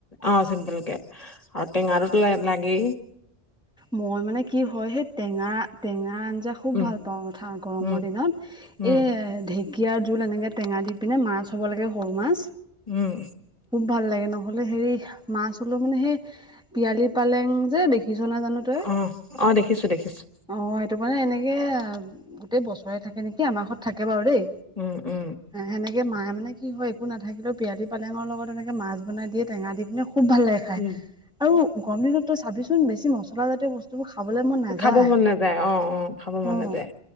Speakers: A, on the left (about 35°); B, in the centre.
A: অ চিম্পুল কে আৰু টেঙাতো লাগি
B: মই মানে কি হয় সেই টেঙা টেঙা আঞ্জা খুব
A: উম,
B: ভাল পাওঁ কথা গৰমৰ
A: উম,
B: দিনত।
A: উম,
B: এ ঢেকীয়া জোল এনেকে টেঙা দি পিনে মাছ হ'ব লাগে সৰু মাছ।
A: উম।
B: খুব ভাল লাগে নহ'লে হেৰি মাছ হলেও মানে সেই পিয়ালি পালেং যে দে। কিছ ন জানো তই।
A: অ', অ', দেখিছোঁ দেখিছোঁ
B: অ' সেইটো মানে এনেকে গোটেই বছৰে থাকে নেকি আমাৰ ঘত থাকে বাৰু দেই।
A: উম উম।
B: সেনেকে মায়ে মানে কি হয় একো নাথাকিলেও পিয়ালি পা পালেঙৰ লগত এনেকে মাছ বনাই দিয়ে টেঙা দি পিনে খুব ভাল লাগে খায়।
A: উম,
B: আৰু গৰম দিনত তই চাবিচোন বেছি মছলা জাতীয় বস্তু। বোৰ খাবলে মন নাযায়
A: খাব মন নাযায় অ', খাব মন
B: অ
A: নাযায়